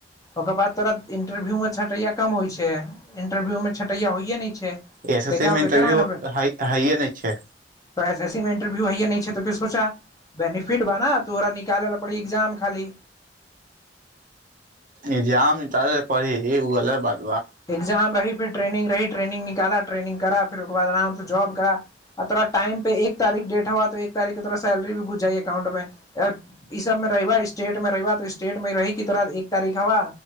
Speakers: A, on the left (about 20°); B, on the right (about 50°).
A: ओकर बाद तोरा इंटरव्यूमे छटैया कम होय छै इंटरव्यू में छटैया होइये ने छै है
B: एस एस
A: देख
B: सी मे इंटरव्यू
A: बेकार मै ने
B: हय हइये नै छै
A: त ऐ एसे सी मे इंटरव्यू हैयै नहि छै त फेर <unintelligible> फिट बा न तोहरा निकालल पड़ै एग्जाम खाली
B: इग्जाममे ज्यादा पढय के पड़ी ई अलग बात छै
A: एग्जाम रही फिर ट्रेनिंग रही ट्रेनिंग निकाला ट्रेनिंग करा फिर उके बाद आरामसं जाॅब करा तोरा टाइम पर एक तारिक डेट होव सैलरी भी घुस जाइ अकाउंटमे इ सबमे रहैब स्टेटमे रहैब स्टेटमे रहीब रही की तोरा एक तारिक हेबा